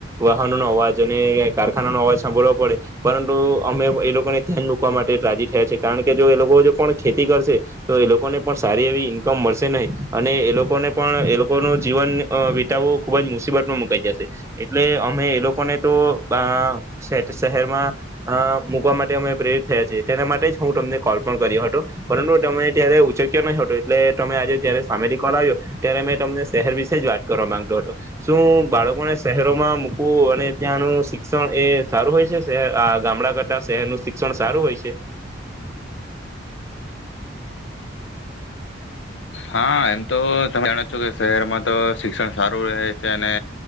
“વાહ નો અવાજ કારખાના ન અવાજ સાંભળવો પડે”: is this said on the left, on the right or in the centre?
Right